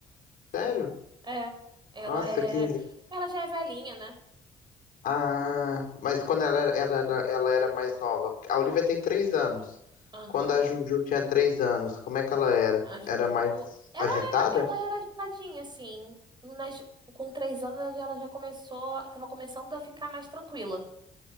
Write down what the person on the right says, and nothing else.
É. Ela
é.
Ela já é velhinha, né?
Aham.
A Juju.
Ela
era, ela era agitadinha, assim. Nas, com três anos ela já começou. Tava começando a ficar mais tranquila.